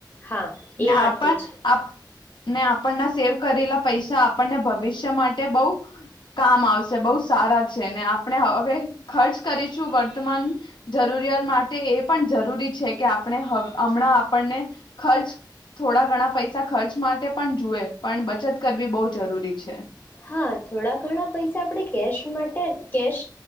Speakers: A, on the left; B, on the left.
A: હા
B: ને
A: એ
B: આપણ
A: વાત તો છે
B: આપ ને આપ પણના સેવ કરેલા પૈસ સા આપણને ભવિષ્ય માટે બઉ કામ આવશે બહુ સારા છે. ને આપણે હવે ખર્ચ કરીશું વર્તમાન જરૂરિયાત માટે એ પણ જરૂરી છે કે આપણે હવ અમણાં આપણને ખર્ચ થોડા ઘણા પૈસા ખર્ચ માટે પણ જુએ પણ બચત કરવી બઉ જરૂરી છે.
A: હા, થોડા ઘણા પૈસા આપડે કેશ માટે કેશ